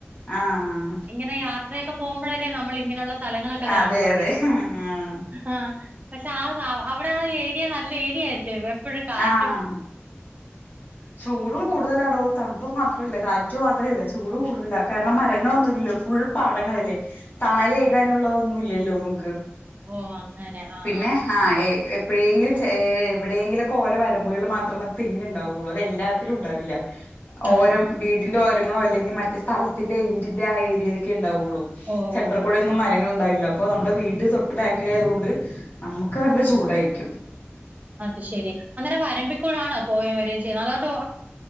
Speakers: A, on the left; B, on the right.
A: ആഹ്
B: ഇങ്ങനെ യാത്രയൊക്കെ പോമ്പഴല്ലേ നമ്മളിങ്ങനൊള്ള സലങ്ങളൊക്കെ കാണുന്നൊള്ളൂ
A: അതെ അതെ ആഹ്
B: ആഹ് പക്ഷെ ആ അവിടെ ആ ഏരിയ നല്ലേരിയ ആയിരിക്കും എപ്പഴും കാറ്റും
A: ആഹ് ചൂടും കൂടുതലാടോ തണുപ്പ് മാത്രല്ല കാറ്റ് മാത്രല്ല ചൂടു കൂടുതലാ കാരണം മരങ്ങളൊന്നുല്ലല്ലോ ഫുൾ പാടങ്ങളല്ലേ തണലേകാനുള്ളതൊന്നുല്ലല്ലോ
B: ആഹ്
A: നമുക്ക്
B: ഓ അങ്ങനെ ആഹ്
A: പിന്നെ
B: ആഹ്
A: ഹാ എപ്പോഴെങ്കിലും ചേ എവിടെയെങ്കിലൊക്കെ ഓരോ വരമ്പുകള്ല് മാത്രാണ് തെങ്ണ്ട് ണ്ടാവുള്ളൂ അതെല്ലാത്തിലും ഉണ്ടാവില്ല
B: ആഹ്
A: ഓരം
B: ആഹ്
A: വീ ന്റെ ഓരങ്ങളോ അല്ലെങ്കി മറ്റ് സ്ഥലത്തിന്റെ എൻഡിന്റെ ആ ഏരിയെലൊക്കെ ഉണ്ടാവുള്ളൂ
B: ഓ
A: സെന്റർ
B: ഓ ഓ
A: കൂടെ ഒന്നും നുണ്ടായില്ല അപ്പൊ നമ്മുടെ വീട്ട് തൊട്ട് ബാക്കിലായത് കൊണ്ട് നമുക്ക് നല്ല ചൂടായിരിക്കും
B: അത് ശെരി. അന്നേരം വരമ്പിക്കൂടാണോ പോയേം വരേം ചെയ്യുന്നത് അതോ